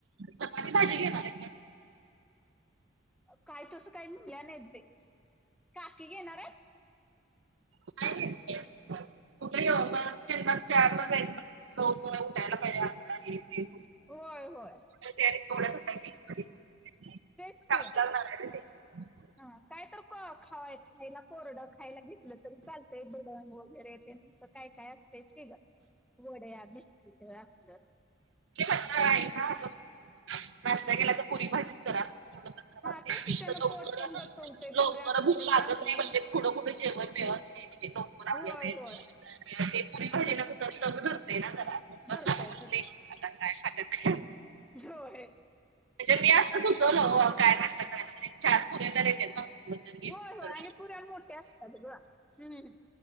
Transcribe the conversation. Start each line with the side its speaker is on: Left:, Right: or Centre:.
Right: चपाती भाजी घेणार
Centre: काय तसं काही म्हणल्या नाहीेत बाई, काकी घेणार हायत.
Right: अ एक <unintelligible> कुठे येऊ मग त्यांना चरला जा मोन उठायला पाहिजे आ
Centre: होय होय.
Right: थोड. <unintelligible>
Centre: तेच की हा काय तर खा खायला कोरडं खायला घेतलं तरी चालतं बडंग वगैरे तेण. काय काय असतेच की ग वड्या, बिस्किट असलं.
Right: ते म्हटलं आई ना नाश्ता केला तर पुरी भाजीच करा. लवकर
Centre: हा तेच की त्यानं पोट पण गचवतंय
Right: लवकर
Centre: पुऱ्या खाल्लं
Right: भूक लागत
Centre: की आपलं
Right: नाही म्हणजे. कुठं कुठे जेवण मीळत नाही, म्हणजे लवकर आला
Centre: होय
Right: नाही
Centre: होय
Right: ते पुरी भाजी
Centre: तेच
Right: ना
Centre: की.
Right: कस तग धरते ना जरा म्हटते.
Centre: धरतय
Right: काय ह
Centre: जय
Right: म्हणजे मी असता सुचवलं काय नाश्ता करायला म्ह चार पुऱ्या तर येतेत ना. घेतली
Centre: होय होय
Right: तर.
Centre: आणि पुऱ्या मोठ्या असत्यात ग हम्म हू